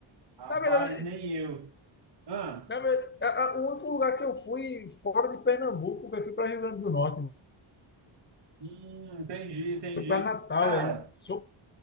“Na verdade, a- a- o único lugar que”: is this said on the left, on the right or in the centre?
Left